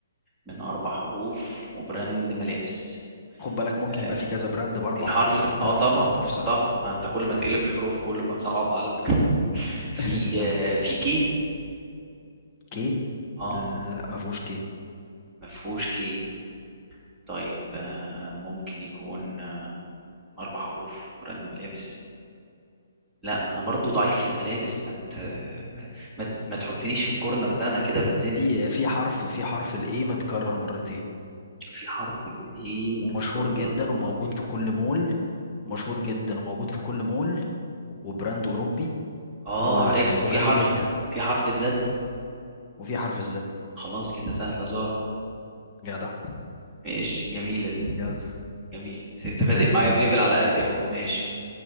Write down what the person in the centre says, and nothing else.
من أربع حروف وبراند ملابس
آه،
في حرف
ال-
اه
طبعا
اه طبعا ما انت كل ما تقلب الحروف كل ما تصعبها على فكرة <laughs> في
آه، في كي
اه
ما فيهوش كي طيب آه، ممكن يكون آه، أربع حروف براند ملابس لا ما انا برضو ضعيف في الملابس ما ت... ما... ما ت- ما تحطنيش في الكورنر ده انا كده بتزنق
في حرف الايه متكرر
مرتين
اه
عرفته
في حرف
في حرف الزد
خلاص كده سهلة زارة
ماشي جميلة دي
جميلة بس انت بادئ
معايا بليفل على قد اهو ماشي